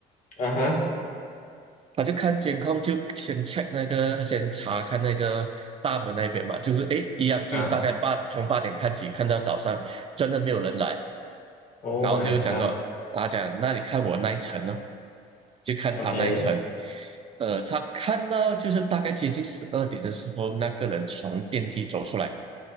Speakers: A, on the left; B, on the right.
A: 啊哈，
B: 他就看监控，就先 check 那个，先查看那个大门那边嘛，就是诶，一样，就大概八从八点看起，
A: 嗯
B: 看到早上，真的没有人来。
A: ，Oh
B: 然后就是讲说，
A: my
B: 他讲那你看我那一层呢，就看他那一层，
A: god！OK，
B: 呃，他看到就是大概接近十二点的时候，那个人从电梯走出来，